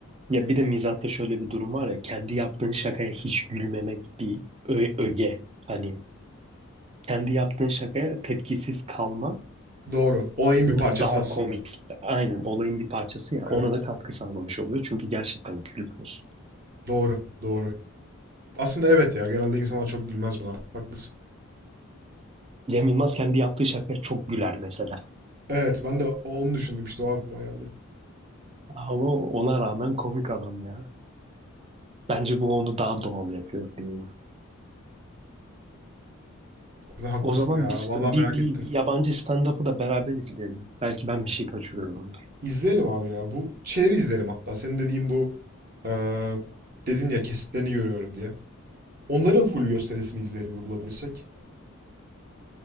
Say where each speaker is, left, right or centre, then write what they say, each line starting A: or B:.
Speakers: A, on the right (about 25°); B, on the right (about 40°).
A: ya bir de mizahta şöyle bir durum var ya. Kendi yaptığın şakaya hiç gülmemek bir ö- öge. Hani kendi yaptığın şakaya tepkisiz kalma
B: Doğru. Olayın
A: durumu
B: bir parçası
A: daha
B: aslında.
A: komik. Aynen olayın bir parçası ya.
B: Evet.
A: Ona da katkı sağlamış oluyor. Çünkü gerçekten gülmüyorsun.
B: Doğru. Doğru. Aslında evet ya. Genelde insanlar çok gülmez buna. Haklısın.
A: Cem Yılmaz kendi yaptığı şakaya çok güler mesela.
B: Evet ben de o- onu düşündüm işte o aklıma geldi.
A: Ama ona rağmen komik adam ya. Bence bu onu daha doğal yapıyor diyeyim.
B: Ve haklısın
A: O zaman
B: ya.
A: bir, st-
B: Vallahi
A: bir,
B: merak
A: bir,
B: ettim.
A: bir yabancı stand-up'ı da beraber izleyelim. Belki ben bir şey kaçırıyorumdur.
B: İzleyelim abi ya. Bu şeyi izleyelim hatta. Senin dediğin bu eee dedin ya kesitlerini görüyorum diye. Onların full gösterisini izleyelim bir bulabilirsek.